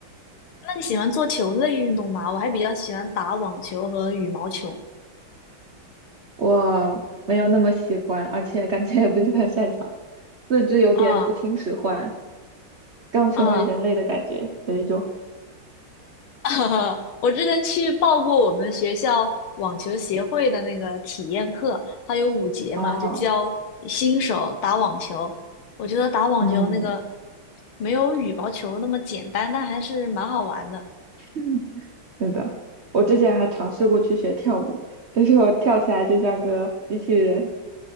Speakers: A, on the left (about 85°); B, on the right (about 45°).
A: 那你喜欢做球类运动吗？我还比较喜欢打网球和羽毛球。
B: 我没有那么喜欢，而且感觉也不是很擅长，四肢有点不听使唤，
A: 啊
B: 刚成为人类的感觉，
A: 啊！
B: 有一种
A: <laughs> 哈哈，我之前去报过我们学校网球协会的那个体验课，它有五节嘛，
B: 哦，
A: 就教新手打网球。我觉得打网球那个
B: 嗯，
A: 没有羽毛球那么简单，但还是蛮好玩的。
B: <laughs> 是的，我之前还尝试过去学跳舞，但是我跳起来就像个机器人，